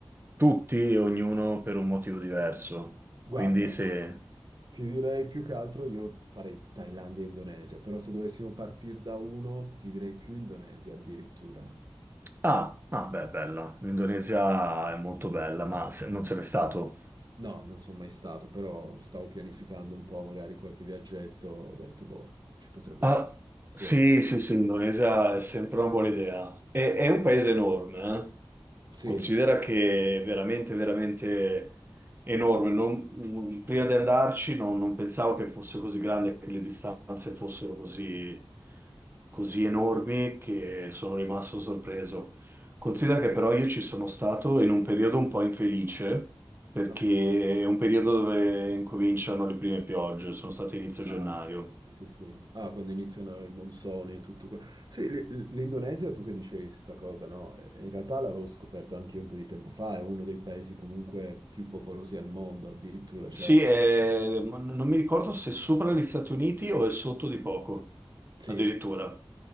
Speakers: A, on the right; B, on the right.
A: tutti, ognuno per un motivo diverso.
B: Guarda,
A: Quindi se...
B: ti direi più che altro io farei Thailandia e Indonesia, però se dovessimo partire da uno, ti direi più Indonesia addirittura.
A: Ah, ah, beh, bella. L'Indonesia è molto bella, ma se- non sei mai stato?
B: No, non sono mai stato, però stavo pianificando un po' magari qualche viaggetto, ho detto, boh, ci potrebbe
A: Ah,
B: essere. Sì,
A: sì, sì, sì, l'Indonesia è sempre una buona idea. È, è un paese enorme, eh.
B: sì.
A: Considera che è veramente, veramente enorme. Non- mm, prima di andarci non, non pensavo che fosse così grande, che le distanze fossero così, così enormi che sono rimasto sorpreso. Considera che però io ci sono stato in un periodo un po' infelice, perché
B: Ah,
A: è un periodo dove incominciano le prime piogge, sono stato inizio
B: ah,
A: gennaio.
B: sì, sì. Ah, quando iniziano i monsoni e tutto qua. Sì, l- l'Indonesia, tu che dicevi sta cosa, no? Eh, In realtà l'avevo scoperto anche io un po' di tempo fa, è uno dei paesi comunque più popolosi al mondo addirittura, cioè
A: Sì, è- non mi ricordo se sopra gli Stati Uniti o è sotto di poco,
B: Sì,
A: addirittura.
B: sì.